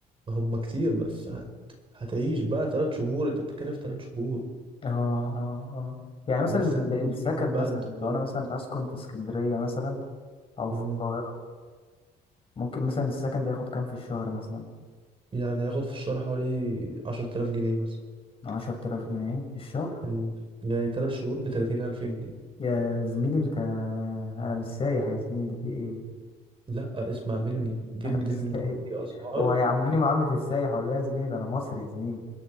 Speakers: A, on the right; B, on the left.
A: هم كتير بس هت... هتعيش بقى تلات شهور انت بتتكلم في تلات شهور
B: اه اه اه يعني مثلا
A: بس
B: ال-
A: هتعيش
B: السكن
A: بيهم بقى
B: مثلا
A: انتقالات
B: لو انا مثلا هسكن في اسكندرية مثلا او في
A: مم.
B: القاهرة ممكن مثلا السكن ده ياخد كام في الشهر مثلا
A: يعني هياخد في الشهر حوالي عشرة آلاف جنيه مثلا
B: عشرة آلاف جنيه في الشهر
A: مم. يعني تلات شهور بتلاتين ألف جنيه
B: يا زميلي انت انا مش سايح يا زميلي في ايه
A: لا اسمع
B: <laughs>
A: مني دي
B: انا
A: دي
B: مش سايح
A: دي, دي اسعار
B: هو هيعاملوني معاملة السايح ولا إيه يا زميلي ده انا مصري يا زميلي